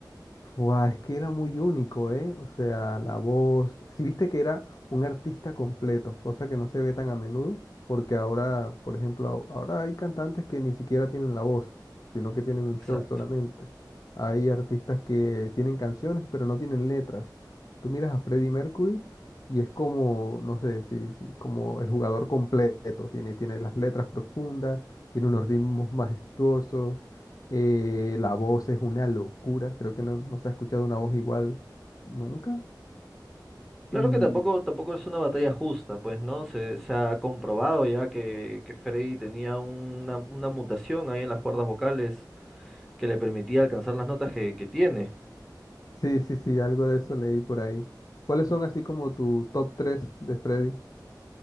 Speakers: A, on the left (about 50°); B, in the centre.
A: Fua, es que era muy único, ¿eh? O sea, la voz. Si viste que era un artista completo, cosa que no se ve tan a menudo, porque ahora, por ejemplo, ahora hay cantantes que ni siquiera tienen la voz, sino que tienen un show
B: Exacto.
A: solamente. Hay artistas que tienen canciones, pero no tienen letras. Tú miras a Freddie Mercury y es como, no sé, si, si- como el jugador completo. Tiene, tiene las letras profundas, tiene unos ritmos majestuosos. Eh, la voz es una locura, creo que no, no se ha escuchado una voz igual nunca.
B: Claro
A: Y
B: que tampoco, tampoco es una batalla justa, pues, ¿no? Se, se ha comprobado ya que, que Freddy tenía una, una mutación ahí en las cuerdas vocales que le permitía alcanzar las notas que que tiene.
A: sí, sí, sí, algo de eso leí por ahí. ¿Cuáles son así como tu top tres de Freddy?